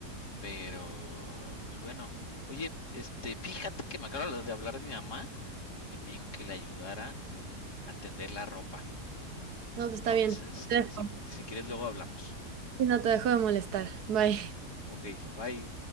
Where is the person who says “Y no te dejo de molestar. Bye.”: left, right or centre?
Right